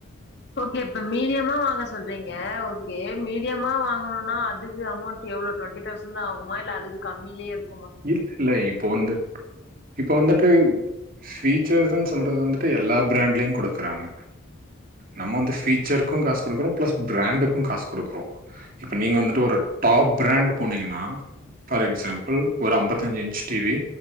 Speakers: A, on the left; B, on the right.
A: ஓகே இப்ப மீடியமா வாங்க சொல்றீங்க ஓகே மீடியமா வாங்கணுன்னா அதுக்கு அமௌண்ட் எவ்ளோ டொண்டி தௌசண்ட் தா ஆகுமா இல்ல அது கம்மிலே இருக்
B: இருக்குல்ல இப்ப வந்து இப்ப வந்துட்டு ஃபீச்சர்ஸ்ன்னு சொல்றது வந்துட்டு எல்லா பிராண்ட்லயு குடுக்குறாங்க நம்ம அந்த பீச்சருக்கும் காசு குடுக்குறோ ப்ளஸ் பிராண்டுக்கு காசு குடுக்குறோ இப்ப நீங்க வந்துட்டு ஒரு டாப் பிரண்ட் போனீங்கன்னா ஃபார் எக்ஸம்பிள் ஒரு அம்பத்தஞ்சு இன்ச் டி வி